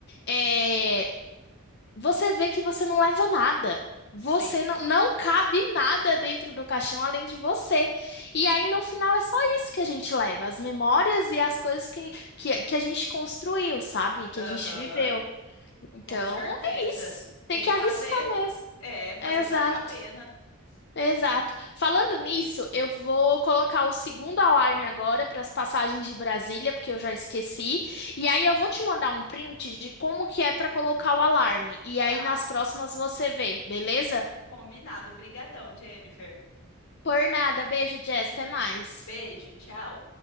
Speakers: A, on the left (about 50°); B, on the left (about 75°).
A: É, você vê que você não leva nada. Você
B: sim.
A: não, não cabe nada dentro do caixão além de você. E aí, no final, é só isso que a gente leva, as memórias e as coisas que, que, que a gente construiu, sabe? Que
B: Aham,
A: a gente viveu. Então,
B: com certeza.
A: é isso. Tem
B: Tem
A: que
B: que
A: arriscar
B: fazer.
A: mesmo.
B: É, fazer
A: Exato.
B: valer a pena.
A: Exato. Falando nisso, eu vou colocar o segundo alarme agora para as passagens de Brasília, porque eu já esqueci. E aí eu vou te mandar um print de como que é para colocar o alarme. E aí
B: Tá,
A: nas próximas você vê, beleza?
B: combinado. Brigadão, Jennifer.
A: Por nada. Beijo, Jess. Até mais.
B: Beijo, tchau.